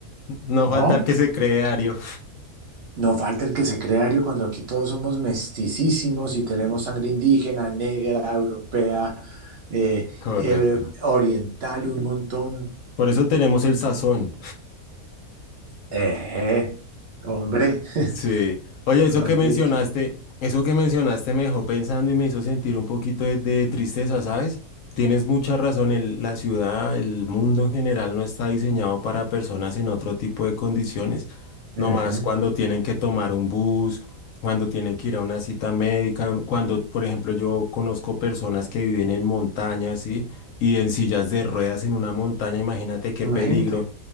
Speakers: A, on the left (about 70°); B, on the right (about 50°).
A: No
B: ¿no?
A: falta el que se cree Ario.
B: No falta el que se crea Ario, cuando aquí todos somos mesticísimos
A: <laughs>
B: y tenemos sangre indígena, negra, europea, eh,
A: Correcto.
B: eh, oriental, un montón.
A: Por eso tenemos el sazón.
B: Eh, hombre, <laughs>
A: Sí. Oye,
B: tú
A: eso
B: lo has
A: que mencionaste,
B: dicho.
A: eso que mencionaste me dejó pensando y me hizo sentir un poquito de, de tristeza, ¿sabes? Tienes mucha razón, el- la ciudad, el mundo en general no está diseñado para personas en otro tipo de condiciones, no
B: Ujú.
A: más cuando tienen que tomar un bus, cuando tienen que ir a una cita médica, cuando, por ejemplo, yo conozco personas que viven en montañas, ¿sí? Y en sillas de ruedas en una montaña, imagínate qué
B: Imagínate,
A: peligro.